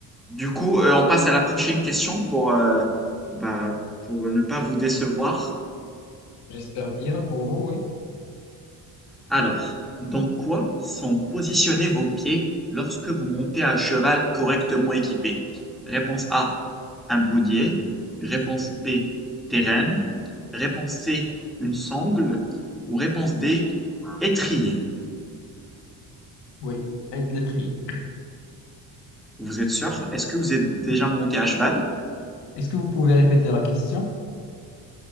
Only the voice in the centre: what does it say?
Du coup, euh, on passe à la prochaine question pour, euh,
bah, pour ne pas vous décevoir.
Alors, dans quoi sont positionnés vos pieds lorsque vous montez à cheval correctement équipé? Réponse A, un baudier. Réponse B, des rênes. Réponse C, une sangle. Ou réponse D, étrier.
Vous êtes sûr? Est-ce que vous êtes déjà monté à cheval?